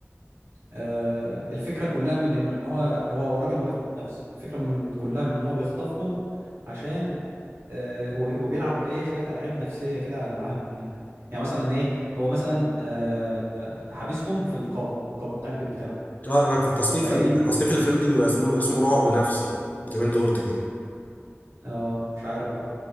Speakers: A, on the right; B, on the left.
A: آه، الفكرة كلها من ان هو هو هو راجل مريض نفسي الفكرة من كلها من ان هو بيخطفهم عشان آه، و- وبيلعب ايه شوية ألعاب نفسية كده معاهم يعني يعني مثلا ايه هو مثلا آه، آه، حابسهم في القابو القابو بتاع البيت بتاعه
B: اه انا في تصنيف
A: فايه
B: ال- تصنيف الفيلم دي بيبقى اسمه اسمه رعب نفسي زي ما انت قلت كده
A: اه مش عارف بقى